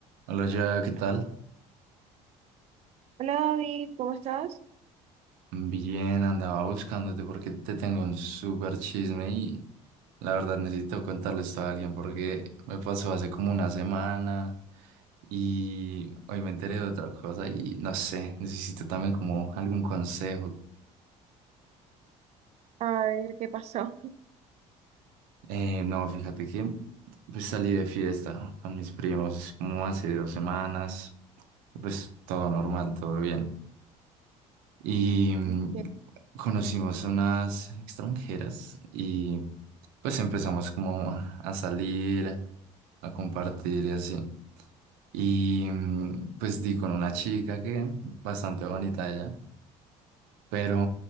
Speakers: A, on the right; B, on the right.
A: Hola, ya, ¿qué tal?
B: Hola David, ¿cómo estás?
A: Bien, andaba buscándote porque te tengo un súper chisme y la verdad necesito contarle esto a alguien porque me pasó hace como una semana y hoy me enteré de otra cosa y no sé, necesito también como algún consejo.
B: A ver, ¿qué pasó?
A: Eh, no, fíjate que pues salí de fiesta con mis primos como hace dos semanas, pues todo normal, todo bien. y mm,
B: <laughs> Ok,
A: conocimos unas extranjeras y pues empezamos como a salir, a compartir y así. Y mm, pues di con una chica que bastante bonita ella, pero